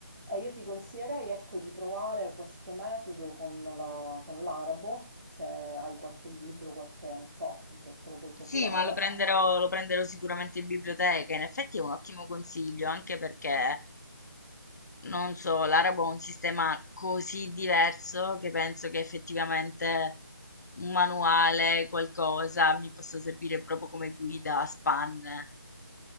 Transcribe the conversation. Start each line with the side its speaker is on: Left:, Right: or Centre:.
Right: E io ti consiglierei, ecco, di provare questo metodo con la- con l'arabo, se hai qualche libro, qualche, non so, se te lo puoi
Left: Sì,
Right: procurare.
Left: ma lo prenderò, lo prenderò sicuramente in biblioteca. In effetti è un ottimo consiglio, anche perché, non so, l'arabo ha un sistema così diverso che penso che effettivamente un manuale, qualcosa, mi possa servire proprio come guida a spanne.